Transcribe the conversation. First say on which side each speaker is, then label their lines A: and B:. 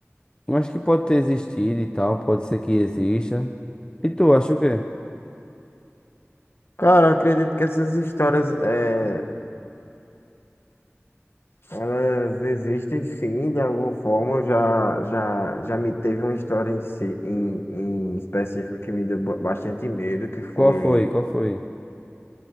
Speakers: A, on the left; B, on the left.
A: eu acho que pode ter existido e tal, pode ser que exista. E tu, acha o quê?
B: Cara, eu acredito que essas histórias, é, elas existem sim, de alguma forma. Eu Já, já, já me teve uma história em, si, em, em específico que me deu ba- bastante medo, que foi,
A: Qual foi? Qual foi?